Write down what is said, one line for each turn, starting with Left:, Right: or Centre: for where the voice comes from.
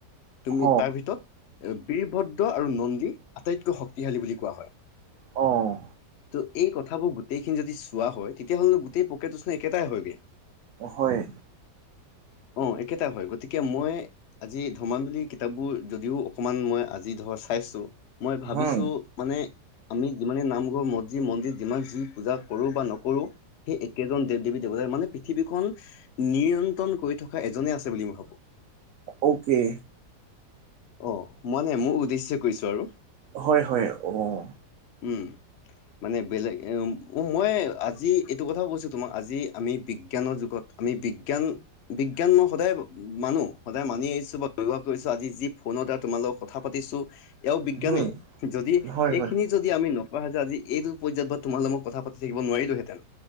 Left: তুমি
Right: হ
Left: তাৰ ভিতৰত এ বীৰভদ্ৰ আৰু নন্দী আটাইতকৈ শক্তিশালী বুলি কোৱা হয়।
Right: অঁহ।
Left: তো এই কথাবোৰ গোটেইখিনি যদি চোৱা হয়, তেতিয়া হ'লেনো গোটেই প্ৰক্ৰিয়াটো চোন একেটাই হয়গে।
Right: হয়,
Left: উমহ, অঁ একেটাই হয়। গতিকে মই আজি ধৰ্মাৱলী কিতাপবোৰ যদিও অকণমান মই আজি ধৰ চাইছোঁ। মই ভাবিছোঁ
Right: হুম,
Left: মানে আমি যিমানে নামঘৰ, মছজিদ, মন্দিৰ যিমান যি পূজা কৰোঁ বা নকৰোঁ সেই একেজন দেৱ দেৱী দেৱতাই মানে পৃথিৱীখন - নিয়ন্ত্ৰণ কৰি থকা এজনে আছে বুলি মই ভাবোঁ।
Right: অ'কে।
Left: অঁ মই মানে মোৰ উদ্দেশ্যে কৈছোঁ আৰু।
Right: হয় হয় অঁ।
Left: উম। মানে বেলেগ এ মই আজি এইটো কথাও কৈছোঁ তোমাক আজি আমি বিজ্ঞানৰ যুগত আমি বিজ্ঞান বিজ্ঞান মই সদায় মানো সদায় মানি আহিছোঁ বা ব্যৱহাৰ কৰিছোঁ, আজি যি ফোনত আ তোমাৰ লগত কথা পাতিছো। এয়াও বিজ্ঞানে।
Right: হুম,
Left: যদি
Right: হয়, হয়,
Left: এইখিনি যদি আমি নোপোৱা হয় যে আজি এইটো পৰ্যায়ত বা তোমাৰ লগত কথা পা তি থাকিব নোৱাৰিলোঁ হেঁতেন।